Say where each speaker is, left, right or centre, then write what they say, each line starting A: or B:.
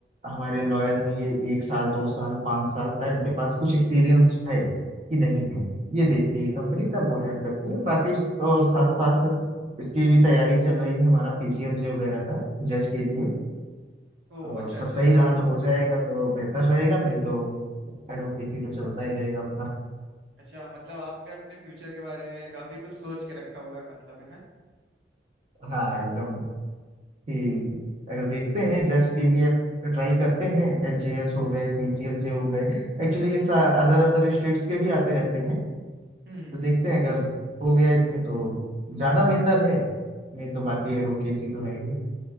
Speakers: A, on the right; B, on the right.
A: हमारे लॉयर हैं ये एक साल दो साल पांच साल का इनके पास कुछ एक्सपीरियंस है कि नहीं है ये देखती है कंपनी तब वो हायर करती है बाकी उस और साथ साथ इसकी भी तैयारी चल रही है हमारा पीसीएस जे वगैरह का जज के लिए
B: ओ
A: और
B: अच्छा
A: सब
B: अच्छा
A: सही रहा तो हो जाएगा तो बेहतर रहेगा नहीं तो एडवोकेसी तो चलता ही रहेगा अपना
B: अच्छा मतलब आपने अपने फ्यूचर के बारे में काफी कुछ सोच के रखा हुआ है मतलब है ना
A: हाँ एकदम कि अगर देखते हैं जज के लिए ट्राई करते हैं एच जे एस हो गए पी सी एस जे हो गए एक्चुअली ये अदर अदर स्टेट्स के भी आते रहते हैं
B: हम्म
A: तो देखते हैं अगर हो गया इसमें तो ज्यादा बेहतर है नहीं तो बाकी एडवोकेसी तो है ही